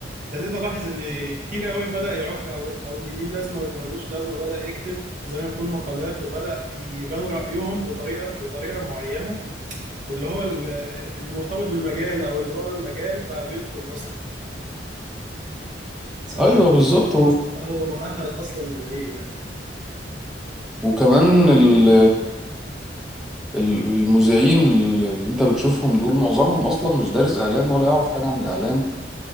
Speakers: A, on the right; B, in the centre.
A: ابتديت الاحظ ان كتير قوي بدأ يعك او او اللي ليه لازمة واللي ملوش لازمة بدأ يكتب زي ما يكون مقالات وبدأ يبان رأيهم بطريقة بطريقة معينة واللي هو ال- اللي مرتبط بالمجال او اللي بره المجال بقى بيدخل اصلا سواء
B: أيوه
A: هو
B: بالظبط
A: هو مؤهل اصلا ولا ايه يعني
B: وكمان ال ال- المذيعين اللي انت بتشوفهم دول معظمهم اصلا مش دارس اعلام ولا يعرف حاجه عن الاعلام